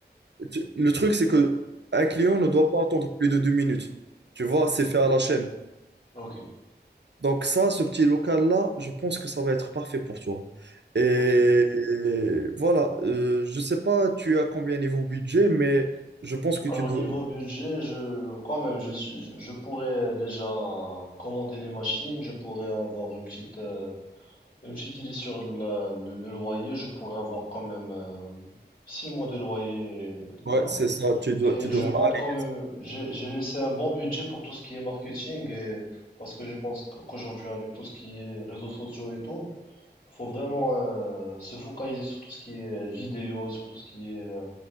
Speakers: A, on the right; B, on the left.
A: tu- tu- le truc, c'est que un client ne doit pas attendre plus de deux minutes. Tu vois, c'est fait à la chaîne.
B: Ok,
A: Donc ça, ce petit local-là, je pense que ça va être parfait pour toi. Et,
B: ok.
A: voilà, euh, je sais pas tu as combien niveau budget, mais je pense que
B: Alors
A: tu dois...
B: niveau budget, je quand même, je, suis- je je pourrais déjà commander les machines, je pourrais avoir une petite euh, une petite idée sur la- le, le loyer, je pourrais avoir quand même euh, six mois de loyer là.
A: Ouais, c'est ça, tu dois,
B: Et
A: tu devras
B: je compte
A: aller.
B: quand même, j'ai j'ai laissé un bon budget pour tout ce qui est marketing et parce que je pense qu- qu'aujourd'hui avec tout ce qui est réseaux sociaux et tout, faut vraiment euh, se focaliser sur tout ce qui est vidéo, sur tout ce qui est euh,